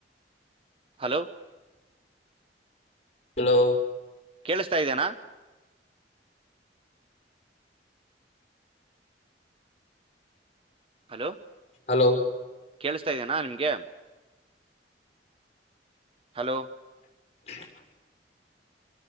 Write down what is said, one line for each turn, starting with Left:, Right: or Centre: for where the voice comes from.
Right: ಹಲೋ
Left: ಹಲೋ
Right: ಕೇಳಸ್ತಾ ಇದೇನಾ ಹಲೋ
Left: ಹಲೋ
Right: ಕೇಳಸ್ತಾ ಇದೇನಾ ನಿಮ್ ಯಂಯಿ ಹಲೋ
Left: <inaudible>